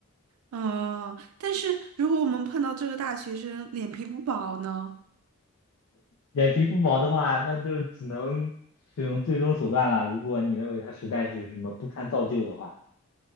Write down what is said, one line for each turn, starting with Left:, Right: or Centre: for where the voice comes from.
Right: 嗯，但是如果我们碰到这个大学生脸皮不薄呢？
Left: 脸皮不薄的话，那就只能使用最终手段了。如果你认为他实在是什么不堪造就的话。